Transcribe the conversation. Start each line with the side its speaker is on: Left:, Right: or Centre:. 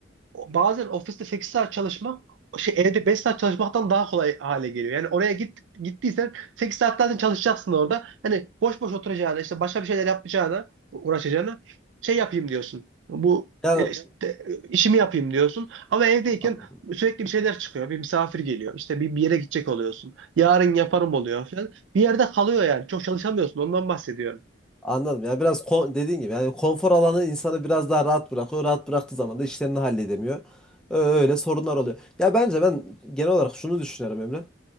Right: o- bazen ofiste 8 saat çalışmak şey evde 5 saat çalışmaktan daha kolay hale geliyor. Yani oraya git, gittiysen 8 saat zaten çalışacaksın orada. Hani boş boş oturacağına işte başka bir şeyler yapacağına uğraşacağına şey yapayım diyorsun. Bu
Centre: Yani
Right: e, işte, e, işimi yapayım diyorsun. Ama evdeyken
Centre: anladım.
Right: sürekli bir şeyler çıkıyor. Bir misafir geliyor. İşte bir, bir yere gidecek oluyorsun. Yarın yaparım oluyor falan. Bir yerde kalıyor yani. Çok çalışamıyorsun. Ondan bahsediyorum.
Centre: Anladım. Yani biraz kon- dediğin gibi yani konfor alanı insanı biraz daha rahat bırakıyor. Rahat bıraktığı zaman da işlerini halledemiyor. Ö- Öyle sorunlar oluyor. Ya bence ben genel olarak şunu düşünüyorum Emre.